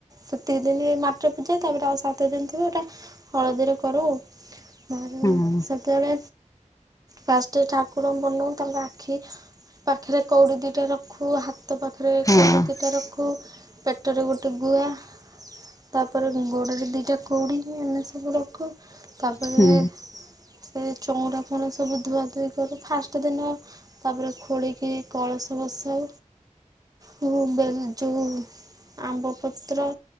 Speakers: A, on the right; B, on the left.
A: ସେତିକି ଦିନ ମାଟିରେ ପୂଜା ତାପରେ ଆଉ ସାତ ଦିନ ଥିବ ସେଟା ହଳଦୀରେ କରୁ ଆଉ। ଆ
B: ହଁ
A: ସେତେବେଳେ ଫାଷ୍ଟ ଠାକୁର ବନୟୁ। ତାଙ୍କ ଆଖି ପାଖରେ କଉଡ଼ି ଦୁଇଟା ରଖୁ ହାତ ପାଖରେ
B: ହଁ
A: କଉଡ଼ି ଦୁଇଟା ରଖୁ। ପେଟରେ ଗୋଟେ ଗୁଆ। ତାପରେ ଗୋଡ଼ରେ ଦୁଇଟା କୋଉଡ଼ି ଏମିତି ସବୁ ରଖୁ ତାପରେ
B: ହୁଁ
A: ତାପରେ ଚଉଁରା ଫଉଁରା ସବୁ ଧୁଆଧୁଇ କରୁ ଫାଷ୍ଟ ଦିନ ତାପରେ ଖୋଳିକି କଳସ ବସଉ ହଁ ବେଲ ଯୋଉ ଆମ୍ବପତ୍ର।